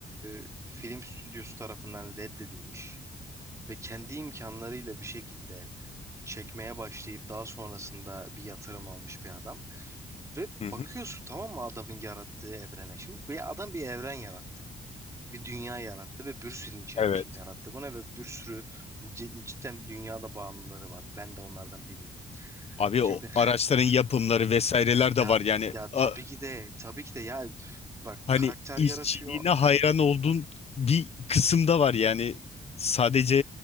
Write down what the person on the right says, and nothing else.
e, film stüdyosu tarafından reddedilmiş ve kendi imkanlarıyla bir şekilde çekmeye başlayıp daha sonrasında bir yatırım almış bir adam. Ve
bakıyorsun
tamam mı adamın yarattığı evrene. Şimdi bir adam bir evren yarattı. Bir dünya yarattı ve bir sürü insan
için yarattı bunu ve bir sürü cid- cidden dünyada bağımlıları var. Ben de onlardan biriyim.
Şimdi
Ya
ya
tabii ki de tabii ki de ya bak
karakter
yaratıyor.
Hı hı.